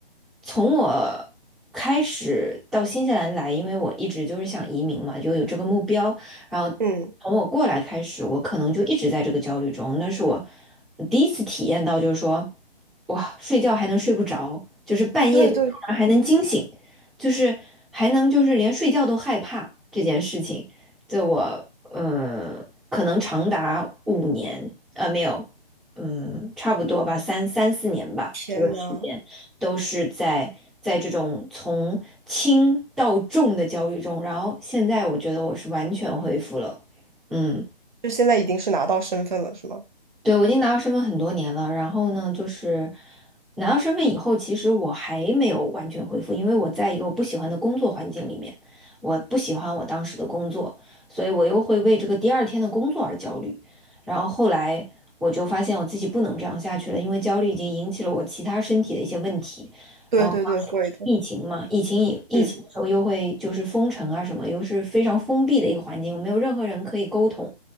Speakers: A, in the centre; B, on the right.
A: 从我开始到新西兰来，因为我一直就是想移民嘛，就有这个目标。然后
B: 嗯，
A: 从我过来开始，我可能就一直在这个焦虑中。那是我第一次体验到，就是说，哇，睡觉还能睡不着，就是半夜就突然还能惊醒，
B: 对对，
A: 就是还能就是连睡觉都害怕这件事情。对我，呃，可能长达五年，呃，没有。嗯，差不多吧，三三四年吧，
B: 天呐，
A: 这个时间都是在在这种从轻到重的焦虑中，然后现在我觉得我是完全恢复了，嗯。
B: 就现在已经是拿到身份了，是吗？
A: 对，我已经拿到身份很多年了，然后呢，就是拿到身份以后，其实我还没有完全恢复，因为我在一个我不喜欢的工作环境里面，我不喜欢我当时的工作，所以我又会为这个第二天的工作而焦虑。然后后来我就发现我自己不能这样下去了，因为焦虑已经引起了我其他身体的一些问题。
B: 对对对，
A: 然后当时不是疫情嘛，
B: 会的，
A: 疫情以疫情的时候又会就是封城啊什么，
B: 嗯
A: 又是非常封闭的一个环境，没有任何人可以沟通。